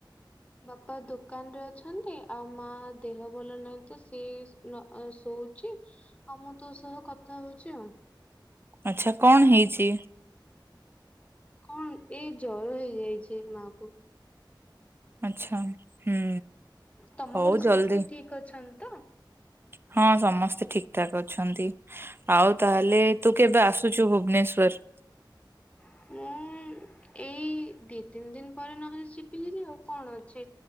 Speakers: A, on the left; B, on the right.
A: ବାପା ଦୋକାନରେ ଅଛନ୍ତି ଆଉ ମା ଦେହ ଭଲ ନାହିଁ ତ ସେ ଆଁ ଶୋ - ହଉଛି ଆଉ ମୁଁ ତୋ ସହ କଥା ହଉଛି ଆଉ
B: ଆଚ୍ଛା କଣ ହେଇଛି?
A: କଣ ଏ ଜର ହେଇଯାଇଛି ମା କୁ
B: ଆଚଛା ହୁଁ
A: ତମ
B: ହଉ
A: ଘରେ
B: ଜଲଦି
A: ସମସ୍ତେ ଠିକ ଅଛନ୍ତି ତ?
B: ହଁ ସମସ୍ତେ ଠିକ ଠାକ ଅଛନ୍ତି ଆଉ ତାହେଲେ ତୁ କେବେ ଆସୁଛୁ ଭୁବନେଶ୍ଵର
A: <unintelligible> ମୁଁ ଏ ଦି ତିନି ଦିନ ପରେ ନହେଲେ ଯିବି ହେରି ଆଉ କଣ ଅଛି